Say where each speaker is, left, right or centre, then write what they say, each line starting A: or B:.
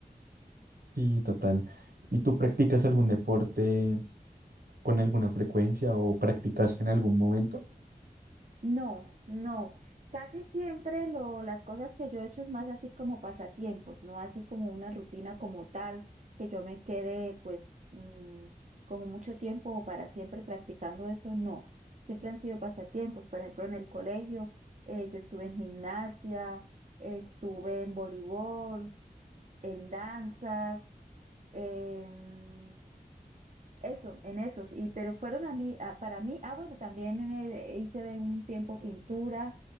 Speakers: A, on the right (about 80°); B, on the right (about 55°).
A: Sí, total. ¿Y tú practicas algún deporte con alguna frecuencia o practicaste en algún momento?
B: No, no. Casi siempre lo, las cosas que yo he hecho es más así como pasatiempos, no así como una rutina como tal, que yo me quede pues mm, como mucho tiempo o para siempre practicando eso, no. Siempre han sido pasatiempos, por ejemplo en el colegio, eh, yo estuve en gimnasia, estuve en voleibol, en danzas, em, eso, en esos, y pero fueron a mí, a- para mí, ah bueno, también en hice de un tiempo pintura,